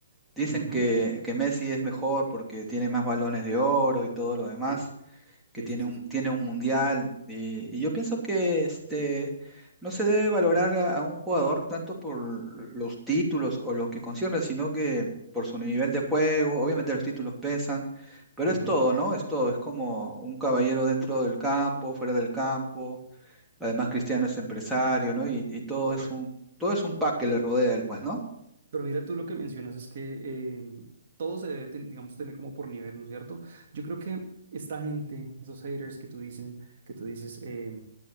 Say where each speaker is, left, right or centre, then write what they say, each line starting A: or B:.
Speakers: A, in the centre; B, on the right.
A: Dicen
B: Ujú.
A: que, que Messi es mejor porque tiene más balones de oro y todo lo demás,
B: Sí,
A: que
B: Sí,
A: tiene
B: sí, sí,
A: un,
B: sí.
A: tiene un mundial. Y, y yo pienso que este, no se debe valorar a, a un jugador tanto por los títulos o lo que concierne, sino que por su nivel de juego. Obviamente los títulos pesan, pero
B: Ujú.
A: es todo, ¿no? Es todo. Es como un caballero dentro del campo, fuera del campo. Además, Cristiano es empresario, ¿no? Y, y todo
B: Correcto.
A: es un, todo es un pack que le rodea a él, pues, ¿no?
B: Pero mira, tú lo que mencionas es que eh, todo se debe, ten- digamos, tener como por nivel, ¿no es cierto? Yo creo que esta gente, esos haters que tú dicen, que tú dices, eh,